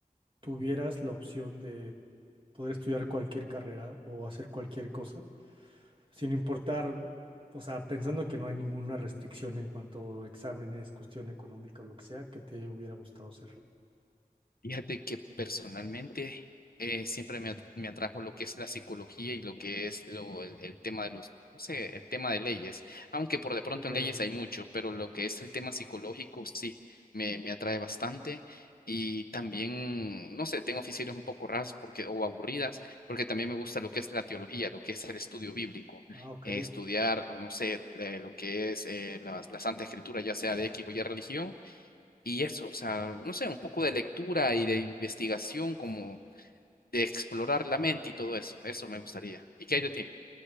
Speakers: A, on the right; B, on the left.
A: tuvieras la opción de poder estudiar cualquier carrera o hacer cualquier cosa, sin importar, o sea, pensando que no hay ninguna restricción en cuanto a exámenes, cuestión económica o lo que sea, que te hubiera gustado hacer?
B: Fíjate que personalmente eh, siempre me, at- me atrajo lo que es la psicología y lo que es lo, el, el tema de los, no sé, el tema de leyes, aunque por de pronto
A: Ok,
B: en leyes hay mucho, pero lo que es el tema psicológico sí, me, me atrae bastante y también, no sé, tengo aficiones un poco raras porque, o aburridas, porque también me gusta lo que es la teología, lo que es el estudio bíblico,
A: ah, ok.
B: eh, estudiar, no sé, eh, lo que es eh, la, la Santa Escritura, ya sea de X o Y religión y eso, o sea, no sé, un poco de lectura y de investigación, como de explorar la mente y todo eso. Eso me gustaría. ¿Y qué hay de ti?